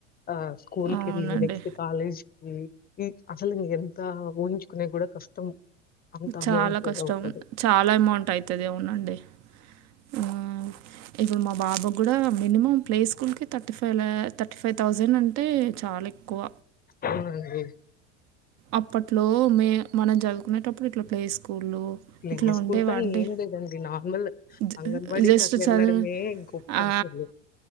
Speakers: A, on the left; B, on the right.
A: ఆ స్కూల్‌
B: అవునండి
A: కెళ్ళి నెక్స్ట్ కాలేజ్ ఈ ఈ అసలు ఇంకెంత ఊహించుకునేకి కూడా కష్టం అంత అమౌంట్
B: చాలా కష్టం
A: అవుతది
B: చాలా అమౌంట్ అయితది ఏమోనండి ఉమ్మ్ ఇప్పుడు మా బాబు కూడా మినిమం ప్లే స్కూల్‌కే థర్టీ ఫైవ్ లా థర్టీ ఫైవ్ థౌసండ్ అంటే చాలా ఎక్కువ
A: అవునండి
B: అప్పట్లో మే మనం చదువుకునేటప్పుడు ఇట్లా ప్లే స్కూళ్ళు
A: ప్లే
B: ఇట్లా
A: స్కూల్లో
B: ఉండేవా అండి
A: ఏం లేదండి నార్మల్
B: జ
A: అంగన్వాడీకి
B: జస్ట్
A: అట్లా
B: చదువు
A: ఎళ్ళడమే గొ ప్ప
B: ఆ,
A: అసలు